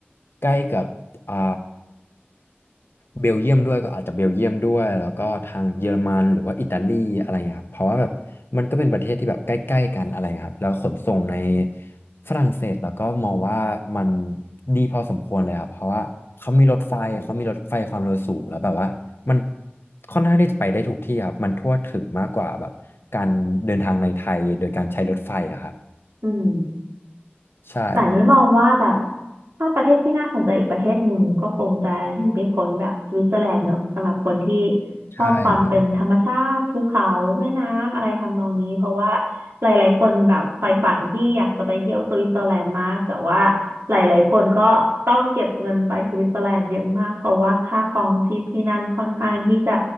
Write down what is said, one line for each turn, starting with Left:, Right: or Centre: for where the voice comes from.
Left: ใกล้กับอ่า เบลเยียมด้วยก็อาจจะเบลเยียมด้วยแล้วก็ทางเยอรมันหรือว่าอิตาลีอะไรเงี้ยครับเพราะว่าแบบมันก็เป็นประเทศที่แบบใกล้ๆกันอะไรเงี้ยครับแล้วขนส่งในฝรั่งเศสแล้วก็มองว่ามันดีพอสมควรเลยครับเพราะว่าเขามีรถไฟเขามีรถไฟความเร็วสูงแล้วแบบว่ามันค่อนข้างที่จะไปได้ทุกที่ครับมันทั่วถึงมากกว่าแบบการเดินทางในไทยโดยการใช้รถไฟอะครับ
Right: อืม
Left: ใช่ครับ
Right: แต่นี้มองว่าแบบถ้าประเทศที่น่าสนใจอีกประเทศหนึ่งก็คงจะหนีไม่พ้นแบบสวิตเซอร์แลนด์เนอะสำหรับคนที่ชอบความเป็นธรรมชาติภูเขาแม่น้ำอะไรทำนองนี้เพราะว่า
Left: ใช่ครับ
Right: หลายๆคนแบบใฝ่ฝันที่อยากจะไปเที่ยวสวิตเซอร์แลนด์มากแต่ว่าหลายๆคนก็ต้องเก็บเงินไปสวิตเซอร์แลนด์เยอะมากเพราะว่าค่าครองชีพที่นั่นค่อนข้างที่จะ